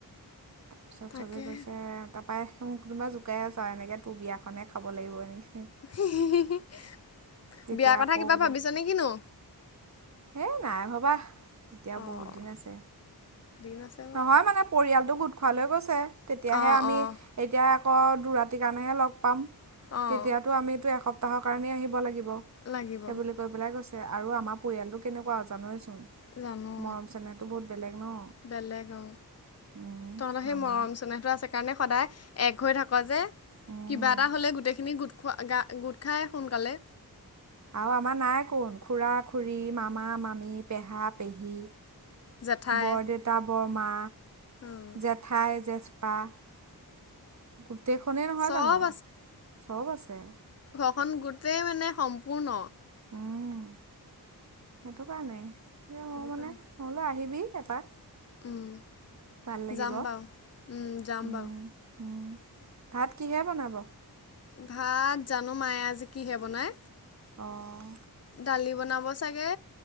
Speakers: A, on the right; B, on the left.
A: তাৰপিছত
B: তাকে
A: চবে গৈছে তাৰাপাই। মোক কোনোবা জোকাই আছা এনেকে তোৰ বিয়াখনে খাব লাগিব এনেকে।
B: বিয়াৰ
A: তেতিয়া
B: কথা
A: আকৌ
B: কিবা
A: বোলে
B: ভাবিছ নে কিনো।
A: এই নাই ভবা। এতিয়া
B: অঁ
A: বহুত দিন আছে
B: দিন আছে বাৰু
A: নহয় মানে পৰিয়ালটো গোট। খোৱা লৈ গৈছে। তেতিয়াহে
B: অঁ
A: আমি
B: অঁ
A: এতিয়া আকৌ দু ৰাতিৰ কাৰণেহে লগ পাম।
B: অঁ
A: তেতিয়াতো আমো এসপ্তাহ তহ কাৰণেই আহিব লাগিব।
B: লাগিব
A: সেইবোলি কৈ পেলাই কৈছে আৰু আমাৰ পৰিয়ালটো কেনেকুৱা অ জানোৱেচোন।
B: জানো
A: মৰম চেনেহটো বহুত বেলেগ। উ <unintelligible>
B: বেলেগ অ।
A: উম
B: তহঁত সেই
A: আমাৰ
B: মৰম চেনেহতটো আছে কাৰণে সদায় এক হৈ থাক যে।
A: উম
B: কিবা এটা হ'লে গোটেইখিনি গোট খ গা গোট খাই সোনকালে।
A: আৰু আমাৰ নাই কোন খুৰা-খুৰী, মামা-মামী, পেহা-পেহী।
B: জেঠাই
A: বৰদেটা, বৰমা,
B: অঁ
A: জেঠাই-জেঠ, অহ গোটেইখনেই নহয়
B: চব
A: জানো চব আছে
B: খন গোটেই মানে সম্পূৰ্ণ
A: উম সেইটো কাৰণেই এ মই
B: দোকান
A: মানে মই বোলো আহিবি এপাক
B: উম
A: ভাল লাগিব।
B: যাম বা উম যাম
A: উম
B: বা
A: উম ভাত কিহে বনাব
B: ভাত জানো মায়ে আজি কিহে বনাই
A: অঁ
B: দালি বনাব চাগে